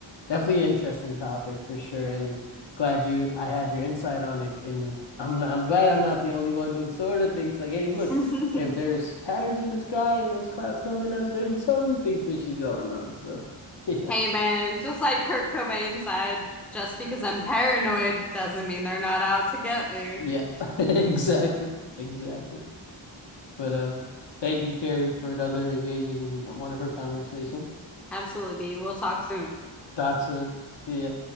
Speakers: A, on the left; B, in the centre.
A: definitely an interesting topic for sure. And glad you I had your insight on it. And I'm not, I'm glad I'm not the only one who sort of thinks like, hey, look,
B: <laughs>
A: if there's patterns in the sky and there's clouds coming out, there's something fishy going on. So <laughs> yeah.
B: hey, man, just like Kurt Cobain said, just because I'm paranoid doesn't mean they're not out to get me.
A: Yeah. <laughs> Exactly. Exactly. But um thank you, Carrie, for another engaging and wonderful conversation.
B: Absolutely, B. We'll talk soon.
A: Talk soon. See ya.